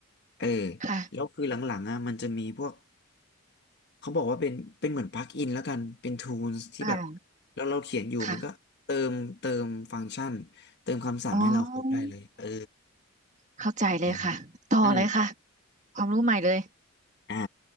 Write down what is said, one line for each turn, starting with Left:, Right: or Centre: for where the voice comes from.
Left: เออ
Right: ค่ะ
Left: แล้วคือหลังๆอ่ะมันจะมีพวก เขาบอกว่าเป็นเป็นเหมือนปลั๊กอินแล้วกันเป็น Tools ที่แบบ
Right: ค่ะ
Left: แล้วเราเขียนอยู่มันก็เติมเติมฟังก์ชันเติมคำสั่งให้เราครบได้เลยเออ
Right: ค่ะอ๋อเข้าใจเลยค่ะต่อเลยค่ะ
Left: นะอืม
Right: ความรู้ใหม่เลย
Left: อ่า